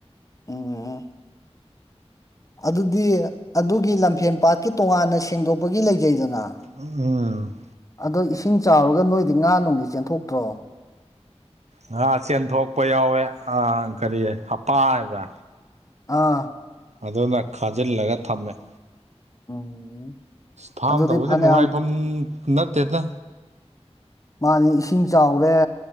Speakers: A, on the left; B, on the right.
A: ꯎꯝ ꯑꯗꯨꯗꯤ ꯑꯗꯨꯒꯤ ꯂꯝꯐꯦꯟ ꯄꯥꯠꯀꯤ ꯇꯣꯉꯥꯟꯅ ꯁꯦꯡꯗꯣꯛꯄꯒꯤ ꯂꯩꯖꯩꯗꯅ
B: ꯎꯝ ꯎꯝ ꯎꯝ
A: ꯑꯗꯣ ꯏꯁꯤꯡ ꯆꯥꯎꯔꯒ ꯅꯣꯏꯗꯤ ꯉꯥ ꯅꯨꯡꯗꯤ ꯆꯦꯟꯊꯣꯛꯇ꯭ꯔꯣ
B: ꯉꯥ ꯆꯦꯟꯊꯣꯛꯄ ꯌꯥꯎꯋꯦ ꯑꯥ ꯀꯔꯤ ꯍꯞꯄꯥꯕ
A: ꯑꯥ
B: ꯑꯗꯨꯅ ꯈꯥꯖꯤꯜꯂꯒ ꯊꯝꯃꯦ
A: ꯎꯝ
B: ꯐꯥꯝ
A: ꯑꯗꯨꯗꯤ
B: ꯇꯧꯕꯁꯦ
A: ꯐꯅꯌꯥꯝ
B: ꯅꯨꯡꯉꯥꯏꯐꯝ ꯅꯠꯇꯦꯗ
A: ꯃꯥꯅꯤ ꯏꯁꯤꯡ ꯆꯥꯎꯔꯦ